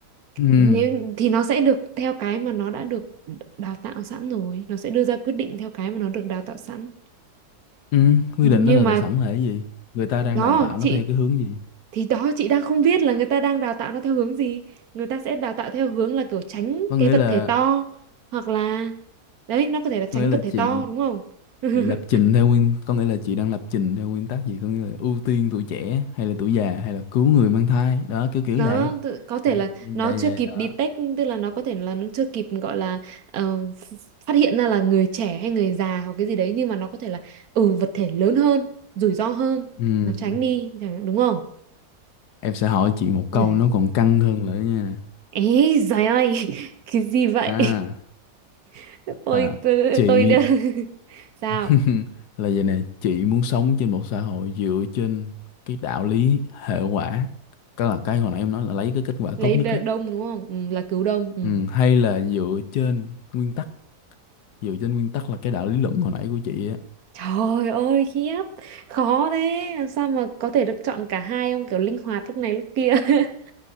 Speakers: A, on the left; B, on the right.
A: ừ,
B: nếu thì nó sẽ được theo cái mà nó đã được đào tạo sẵn rồi nó sẽ đưa ra quyết định theo cái mà nó được đào tạo sẵn
A: ừ, quy
B: nhưng
A: định nó là
B: mà
A: tàu sẵn là cái gì người ta đang
B: đó
A: đào tạo
B: chị
A: nó theo cái hướng gì
B: thì đó chị đang không biết là người ta đang đào tạo nó theo hướng gì người ta sẽ đào tạo theo hướng là kiểu tránh
A: có nghĩa
B: cái vật
A: là
B: thể to hoặc là đấy nó có thể là tránh
A: có nghĩa là
B: vật thể
A: chị
B: to đúng không <laughs>
A: chị lập trình theo nguyên có nghĩa là chị đang lập trình theo nguyên tắc gì có nghĩa là ưu tiên tuổi trẻ hay là tuổi già hay là cứu người mang thai đó kiểu kiểu
B: nó
A: vậy
B: tự- có thể
A: những
B: là
A: như
B: nó
A: vậy
B: chưa
A: vậy
B: kịp
A: đó
B: detect tức là nó có thể là nó chưa kịp gọi là ờ, ph- phát hiện ra là người trẻ hay người già hoặc cái gì đấy nhưng mà nó có thể là ừ vật thể lớn hơn rủi ro hơn
A: Ừm,
B: nó tránh đi chẳng đúng không
A: em sẽ hỏi chị một
B: <laughs>
A: câu nó còn căng hơn nữa nha
B: ấy giời ơi <laughs> cái gì vậy
A: à
B: <laughs> tôi
A: là
B: tôi,
A: chị
B: tôi đã... <laughs> sao
A: <laughs> là vậy này chị muốn sống trên một xã hội dựa trên cái đạo lý hệ quả cái là cái hồi nãy em nói là lấy cái kết quả
B: lấy
A: tốt nhất
B: đ-
A: á
B: đông đúng không ừ, là cứu đông ừ.
A: Ừm, hay là dựa trên nguyên tắc dựa trên nguyên tắc là cái đạo lý luận hồi nãy của chị á
B: trời ơi khiếp khó thế làm sao mà có thể được chọn cả hai không kiểu linh hoạt lúc này lúc kia <laughs>